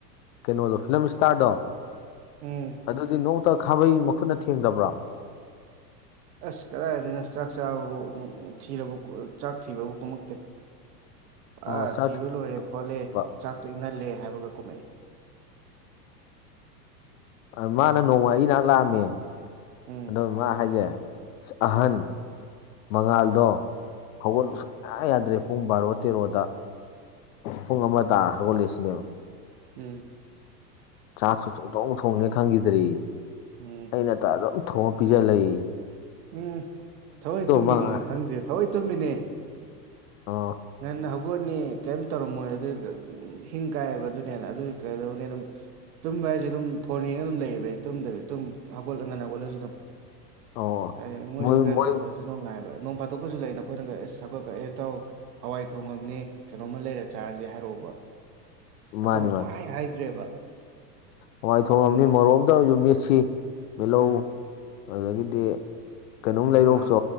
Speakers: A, on the left (about 55°); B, on the right (about 65°).
A: ꯀꯩꯅꯣꯗꯣ ꯐꯤꯂꯝ ꯏꯁꯇꯥꯔꯗꯣ
B: ꯎꯝ
A: ꯑꯗꯨꯗꯤ ꯅꯣꯡꯇ ꯈꯥꯕꯩ ꯃꯈꯨꯠꯅ ꯊꯦꯡꯗꯕ꯭ꯔꯣ
B: ꯑꯁ ꯀꯗꯥꯏꯗꯩꯅꯣ ꯆꯥꯛ ꯆꯥꯕꯕꯨ ꯎꯝ ꯎꯝ ꯊꯤꯔꯕꯧ ꯆꯥꯛ ꯊꯤꯕꯕꯨ ꯀꯨꯝꯃꯛꯇꯦ
A: <inaudible>
B: ꯑꯥ
A: ꯆꯥꯛ
B: ꯊꯤꯕ ꯂꯣꯏꯔꯦ ꯈꯣꯠꯂꯦ
A: ꯑꯣ
B: ꯆꯥꯛꯇꯣ ꯏꯪꯍꯜꯂꯦ ꯍꯥꯏꯕꯒ ꯀꯨꯝꯃꯛꯑꯦ
A: ꯑꯣ ꯃꯥꯅ ꯅꯣꯡꯃ ꯑꯩ ꯅꯥꯛ ꯂꯥꯛꯑꯝꯃꯦ
B: ꯎꯝ
A: ꯑꯗꯣ ꯃꯥ ꯍꯥꯏꯁꯦ
B: ꯎꯝ
A: ꯑꯍꯟ ꯃꯉꯥꯜꯗꯣ ꯍꯧꯒꯠꯂ
B: ꯎꯝ
A: ꯁꯨꯡꯌꯥ ꯌꯥꯗ꯭ꯔꯦ ꯄꯨꯡ ꯕꯥꯔꯣ ꯇꯦꯔꯣꯗ ꯄꯨꯡ ꯑꯃ ꯇꯥ ꯍꯧꯒꯠꯂꯦ ꯁꯤꯅꯦꯕ
B: ꯎꯝ
A: ꯆꯥꯛꯒ ꯁꯨꯡꯊꯣꯡ ꯊꯣꯡꯅꯤ ꯈꯪꯈꯤꯗ꯭ꯔꯌꯦ
B: ꯎꯝ
A: ꯑꯩꯅꯇ ꯑꯗꯨꯝ ꯊꯣꯡꯉ ꯄꯤꯖ ꯂꯩꯌꯦ
B: ꯎꯝ ꯊꯑꯣꯏ ꯇꯨꯝꯃꯤꯅꯤꯗꯤ
A: ꯃꯉꯥ
B: ꯈꯪꯗ꯭꯭ꯔꯤ ꯊꯑꯣꯏ ꯇꯨꯝꯃꯤꯅꯦ
A: ꯑꯥ
B: ꯉꯥꯟꯅ ꯍꯧꯒꯠꯅꯤ ꯀꯤꯝ ꯇꯧꯔꯝꯃꯣꯏ ꯑꯗꯨ ꯎꯝ ꯍꯤꯡ ꯀꯥꯏꯕ ꯑꯗꯨꯅ ꯍꯦꯟꯅ ꯑꯗꯨꯒꯤ ꯀꯗꯧꯅꯦ ꯑꯗꯨꯝ ꯇꯨꯝꯕ ꯍꯥꯏꯁꯦ ꯑꯗꯨꯝ ꯐꯣꯟ ꯌꯦꯡꯉꯒ ꯑꯗꯨꯝ ꯂꯩꯌꯦꯕ ꯑꯩ ꯇꯨꯝꯗꯕ ꯑꯗꯨꯝ ꯍꯧꯒꯠꯂꯒꯅ ꯍꯧꯒꯠꯂꯁꯨ ꯑꯗꯨꯝ
A: ꯑꯧ
B: ꯑꯩ ꯃꯣꯏꯁꯨ
A: ꯃꯣꯏ
B: ꯈꯔ
A: ꯃꯣꯏ
B: ꯊꯣꯡꯖ ꯖꯁꯨꯅꯣ ꯉꯥꯏꯕ ꯅꯣꯡ ꯐꯥꯗꯣꯛꯀꯁꯨ ꯂꯩꯅ ꯑꯩꯈꯣꯏꯅꯒ ꯁꯐꯥꯕ ꯑꯦ ꯇꯧ ꯍꯋꯥꯏ ꯊꯣꯡ ꯑꯃꯅꯦ ꯀꯩꯅꯣꯝꯃ ꯂꯩꯔ ꯆꯥꯔꯁꯦ ꯍꯥꯏꯔꯛꯑꯣꯕ
A: ꯃꯥꯅꯤ
B: ꯑꯗꯨꯝ
A: ꯃꯥꯅꯤ
B: ꯁꯨꯡꯍꯥꯏ ꯍꯥꯏꯗ꯭ꯔꯦꯕ
A: ꯍꯋꯥꯏ ꯊꯣꯡꯉꯕꯅꯤ ꯃꯣꯔꯣꯛ ꯑꯝꯇ ꯑꯣꯢꯁꯨ ꯃꯦꯠꯁꯤ ꯃꯦꯜꯂꯧ
B: ꯑꯥ
A: ꯑꯗꯨꯗꯒꯤꯗꯤ ꯀꯩꯅꯣꯝ ꯂꯩꯔꯨꯖꯣ
B: ꯑꯥ